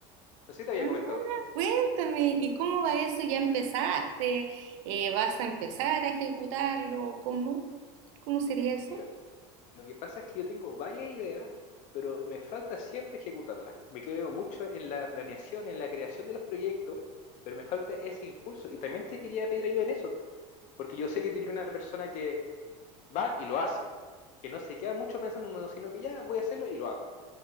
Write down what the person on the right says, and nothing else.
Ah,
cuéntame, ¿y cómo va eso? ¿Ya empezaste? Eh, ¿vas a empezar a ejecutarlo? ¿Cómo? ¿Cómo sería eso?